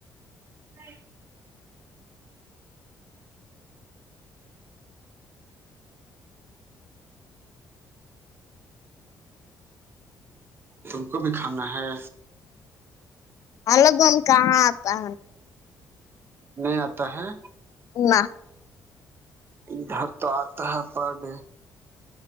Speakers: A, on the right; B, on the left.
A: ے تم کو بھی کھانا ہے
B: اللگن کا آپپا
A: نہیں آتا ہے
B: ال
A: ادھر تو آتا ہے پرڈ